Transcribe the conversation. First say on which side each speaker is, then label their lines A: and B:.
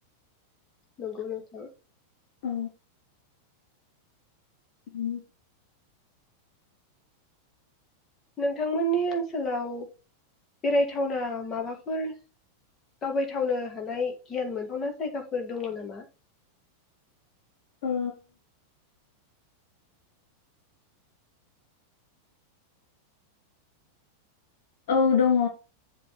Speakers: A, on the left; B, on the left.
A: नंगौ नोंथां।
B: औ <unintelligible>
A: नोंथांमोननि ओनसोलाव बेरायथावना माबाफोर दावबायथावनो हानाय गियान मोनथावना जायगाफोर दङ नामा?
B: ओ औ दङ